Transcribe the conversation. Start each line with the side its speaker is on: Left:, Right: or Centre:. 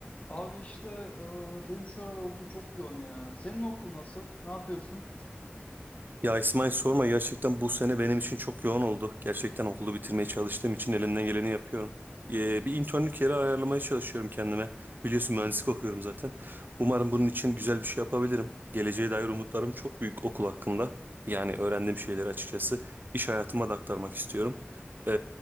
Left: Abi işte e, benim şu aralar okul çok yoğun ya. Senin okul nasıl? Ne yapıyorsun?
Right: Ya İsmail sorma gerçekten bu sene benim için çok yoğun oldu. Gerçekten okulu bitirmeye çalıştığım için elimden geleni yapıyorum. Ee, bir internlük yeri ayarlamaya çalışıyorum kendime. Biliyorsun mühendislik okuyorum zaten. Umarım bunun için güzel bir şey yapabilirim. Geleceğe dair umutlarım çok büyük okul hakkında. Yani öğrendiğim şeyleri açıkçası iş hayatıma da aktarmak istiyorum. Ee,